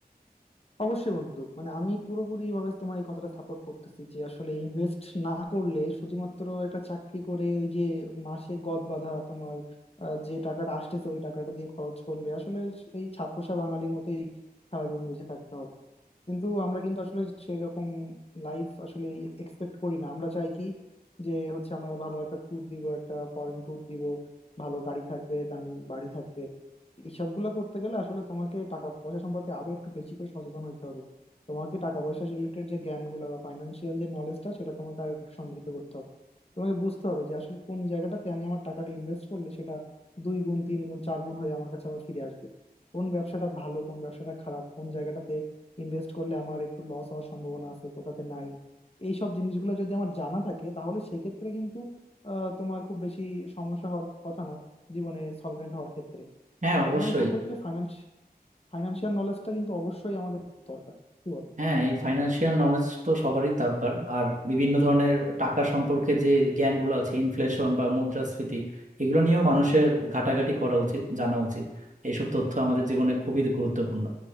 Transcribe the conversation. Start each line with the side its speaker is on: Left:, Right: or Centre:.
Left: অবশ্যই বন্ধু মানে আমি পুরোপুরি ভাবে তোমার এই কথাটা সাপোর্ট করতেছি যে আসলে ইনভেস্ট না করলে শুধুমাত্র একটা চাকরি করে ওই যে মাসে গদ বাঁধা তোমার আহ, যে টাকাটা আসতেছে ওই টাকাটা দিয়ে খরচ করলে আসলে এই ছাপোষা বাঙালির মতোই সারা জীবন বেঁচে থাকতে হবে কিন্তু আমরা কিন্তু আসলে সেরকম লাইফ আসলে এক্সপেক্ট করি না আমরা চাই কি যে হচ্ছে আমরা ভালো একটা ট্যুর দিব একটা ফরেন ট্যুর দিব ভালো গাড়ি থাকবে দামি বাড়ি থাকবে এইসবগুলো করতে গেলে আসলে তোমাকে টাকা পয়সা সম্পর্কে আরো একটু বেশি করে সচেতন হতে হবে তোমাকে টাকা পয়সা রিলেটেড যে জ্ঞানগুলো বা ফাইন্যান্সিয়াল যে নলেজটা সেটা তোমাকে আর একটু সমৃদ্ধ করতে হবে তোমাকে বুঝতে হবে যে আসলে কোন জায়গাটাতে আমি আমার টাকাটা ইনভেস্ট করলে সেটা দুই গুণ তিন গুণ চার গুণ হয়ে আমার কাছে আবার ফিরে আসবে কোন ব্যবসাটা ভালো কোন ব্যবসাটা খারাপ কোন জায়গাটাতে ইনভেস্ট করলে আমার একটু লস হওয়ার সম্ভাবনা আছে কোথাতে নাই এই সব জিনিসগুলো যদি আমার জানা থাকে তাহলে সেক্ষেত্রে কিন্তু আহ, তোমার খুব বেশি সমস্যা হওয়ার কথা না জীবনে সলভেন্ট হওয়ার ক্ষেত্রে
Right: হ্যাঁ
Left: এই
Right: অবশ্যই
Left: জন্য আমি বলবো যে ফাইন্যান্স ফাইন্যান্সিয়াল নলেজটা কিন্তু অবশ্যই আমাদের দরকার কি বলো
Right: হ্যাঁ এই ফাইন্যান্সিয়াল নলেজ তো সবারই দরকার আর বিভিন্ন ধরনের টাকা সম্পর্কে যে জ্ঞানগুলো আছে ইনফ্লেশন বা মুদ্রাস্ফীতি এগুলো নিয়েও মানুষের ঘাটাঘাটি করা উচিত জানা উচিত এইসব তথ্য আমাদের জীবনে খুবই গুরুত্বপূর্ণ